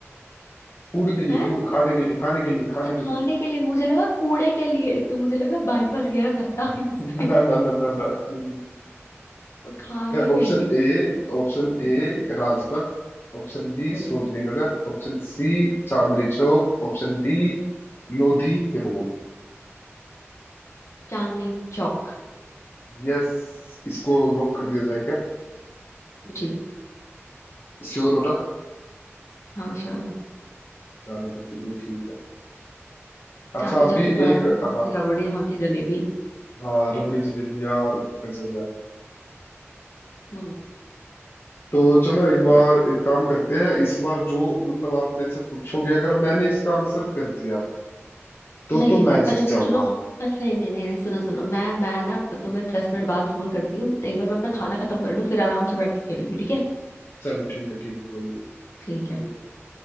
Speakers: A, on the left (about 55°); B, on the left (about 75°).
A: फूड के लिए
B: है
A: फूड खाने के लिए खाने के लिए खाने
B: अच्छा
A: के
B: खाने
A: लिए
B: के लिए मुझे लगा कूड़े के लिए तो मुझे लगा बाईपास ये रहा खत्ता है
A: <laughs>
B: <laughs> इस पे
A: ना ना ना ना ना ये नहीं
B: और खाने के
A: Option
B: लिए
A: A option
B: हम्म,
A: A Rajpath option B
B: हम्म
A: Sarojini Nagar option C Chandni Chowk option D Lodhi Road
B: चांदनी चौक
A: Yes इसको लॉक कर दिया जाए क्या
B: जी
A: श्योर हो ना
B: हाँ शाहरुख
A: चलो तो फिर ये ठीक है अच्छा
B: चांदनी
A: अभी
B: चौक के पराठे
A: एक
B: वहाँ
A: हाँ
B: की रबड़ी वहाँ की जलेबी
A: हाँ रबड़ी जलेबी और गजब
B: हम्म
A: तो चलो एक बार
B: मैं-
A: एक काम करते हैं इस बार जो मतलब आप मेरे से पूछोगे अगर मैंने इसका आंसर कर दिया तो
B: नहीं
A: तो
B: नहीं
A: मैं जीत
B: अच्छा
A: जाऊंगा
B: तुम सुनो अ, नहीं नहीं नहीं नहीं सुनो सुनो मैं मैं ना तो तुम्हें दस मिनट बाद फोन करती हूँ एक बार मैं अपना खाना खत्म कर लूँ फिर आराम से बैठ के खेलूंगी ठीक है
A: चलो ठीक है ठीक है कोई नहीं
B: ठीक है
A: ठीक है